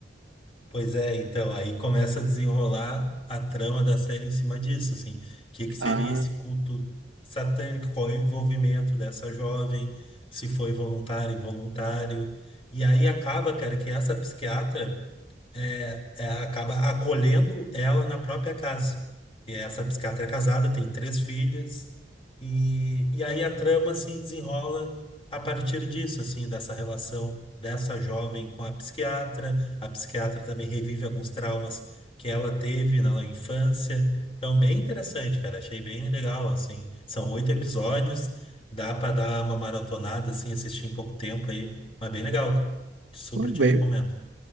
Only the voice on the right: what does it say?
Ah,
pô, bem.